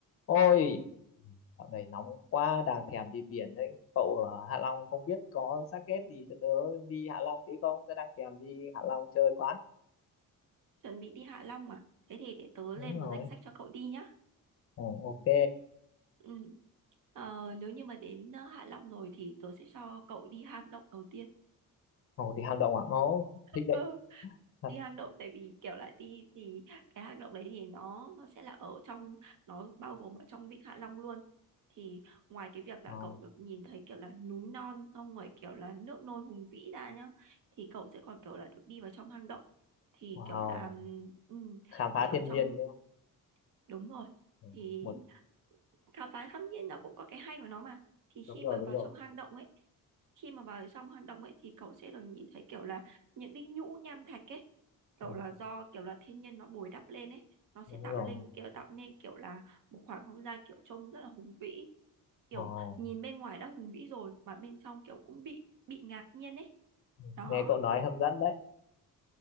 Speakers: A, on the left; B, on the right.
A: Ôi, dạo này nóng quá, đang thèm đi biển đấy. Cậu ở Hạ Long không biết có xác ghét gì cho tớ đi Hạ Long tí không? Tớ đang thèm đi Hạ Long chơi quá.
B: chuẩn bị đi Hạ Long à thế thì để tớ
A: Đúng
B: lên
A: rồi.
B: một danh sách cho cậu đi nhá
A: Ồ, ok.
B: ừ. ờ, nếu như mà đến ờ, Hạ Long rồi thì tớ sẽ cho cậu đi hang động đầu tiên
A: Ồ, đi hang động à? Ồ,
B: <laughs>
A: thích đấy.
B: ừ.
A: Thật.
B: đi hang động tại vì kiểu là đi thì cái hang động đấy thì nó nó sẽ là ở trong nó bao gồm ở trong Vịnh Hạ Long luôn thì ngoài cái việc là
A: Ồ,
B: cậu được nhìn thấy kiểu là núi non xong rồi kiểu là nước nôi hùng vĩ ra nhá thì cậu sẽ còn kiểu là được đi vào trong hang động thì
A: wow.
B: kiểu là ừm,
A: Khám
B: thì
A: phá
B: ở
A: thiên
B: trong
A: nhiên đúng không?
B: đúng rồi
A: Ừ,
B: thì
A: Một,
B: khám phá khắp nhiên nó cũng có cái hay của nó mà thì
A: đúng
B: khi mà
A: rồi, đúng
B: vào
A: rồi.
B: trong hang động ấy khi mà vào trong hang động ấy thì cậu sẽ được nhìn thấy kiểu là những cái nhũ nham thạch ấy kiểu
A: Ừ,
B: là do kiểu là thiên nhiên nó bồi đắp lên ấy nó sẽ
A: đúng
B: tạo
A: rồi.
B: lên kiểu tạo nên kiểu là một khoảng không gian kiểu trông rất là hùng vĩ kiểu
A: Wow.
B: nhìn bên ngoài đã hùng vĩ rồi mà bên trong kiểu cũng bị bị ngạc nhiên ấy
A: Ừ,
B: đó
A: Nghe cậu nói hấp dẫn đấy.